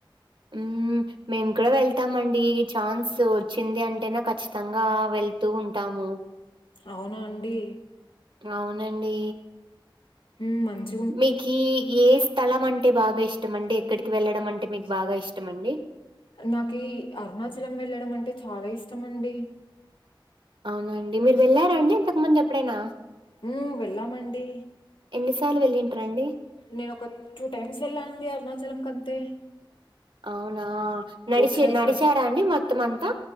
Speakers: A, on the right; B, on the left.
A: హ్మ్ మేము కూడా వెళ్తామండి ఛాన్స్ వచ్చింది అంటేనే ఖచ్చితంగా వెళ్తూ ఉంటాము
B: అవునా అండి
A: అవునండి
B: హ్మ్ మంచి
A: మీకీ ఏ స్థలం అంటే బాగా ఇష్టం అండి ఎక్కడికి వెళ్ళడం అంటే మీకు బాగా ఇష్టం అండి
B: నాకి అరుణాచలం వెళ్ళడం అంటే చాలా ఇష్టమండి
A: అవునండి మీరు వెళ్ళారాండి ఇంతకు ముందు ఎప్పుడైనా
B: హ్మ్ వెళ్ళామండి
A: ఎన్నిసార్లు వెళ్ళింటరుండి
B: నేనొక టూ టైమ్స్ వెళ్ళానండి అరుణాచలం కంతే
A: అవునా నడిచి
B: ఒకసారి
A: నడిచారా
B: ఫ్యా
A: అండి మొత్తం అంతా